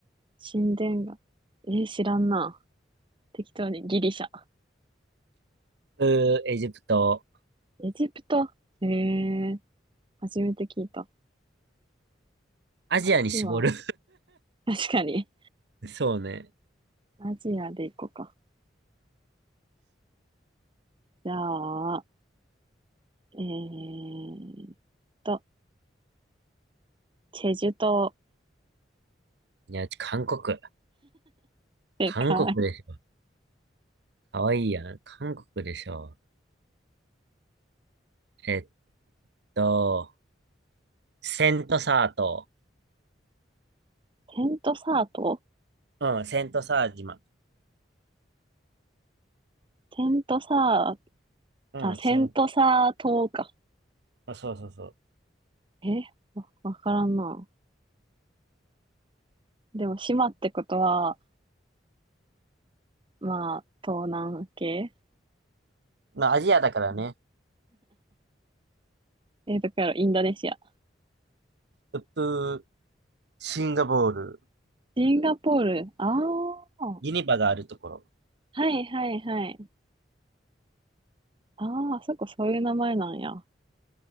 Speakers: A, on the right; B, on the right.
A: 神殿が。えー、知らんな。適当にギリシャ。
B: うー、エジプト。
A: エジプトえー、初めて聞いた。
B: アジアに絞る。
A: アスワン。確かに。
B: <laughs> そうね。
A: アジアで行こうか。じゃあ、えーっと、チェジュ島
B: いや、うち韓国。
A: でかい。
B: 韓国でしょ。かわいいやん。韓国でしょ。えっと、セントサー島。
A: テントサート
B: うん、セントサー島。
A: テントサ
B: うん、
A: ーあ、セントサー島か。
B: セン、あそうそうそ
A: えわ、わからんな。でも、島ってことは、まあ、東南系。
B: う。まあ、アジアだからね。
A: うんえー、どこやろ、インドネシア。
B: ウプ、シンガポール、
A: シンガポール。ああ、は
B: ユニバがあるところ。
A: いはいはい。ああ、あそこそういう名前なんや。